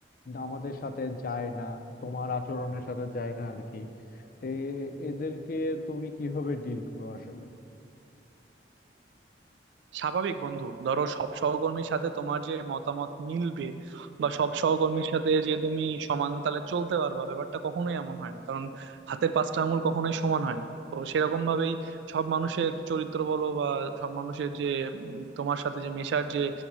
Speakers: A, on the left (about 50°); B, on the right (about 75°).
A: আমাদের সাথে যায় না তোমার আচরণের সাথে যায় না আর কি তো এ- এদেরকে তুমি কিভাবে ডিল করো আসলে
B: স্বাভাবিক বন্ধু ধরো সব সহকর্মীর সাথে তোমার যে মতামত মিলবে বা সব সহকর্মীর সাথে যে তুমি সমান তালে চলতে পারবা ব্যাপারটা কখনোই এমন হয় না কারণ হাতের পাঁচটা আঙুল কখনোই সমান হয় না তো সেরকম ভাবেই সব মানুষের চরিত্র বলো বা সব মানুষের যে উম, তোমার সাথে যে মেশার যে